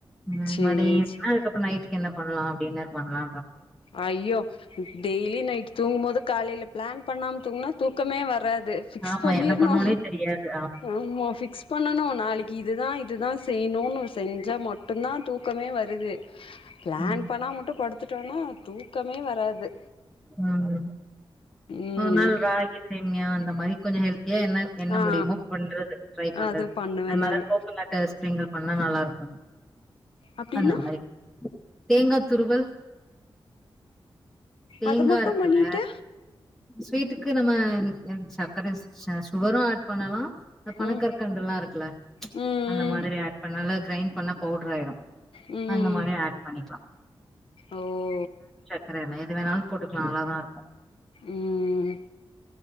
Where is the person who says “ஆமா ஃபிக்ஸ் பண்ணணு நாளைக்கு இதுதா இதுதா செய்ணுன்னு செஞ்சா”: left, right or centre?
Left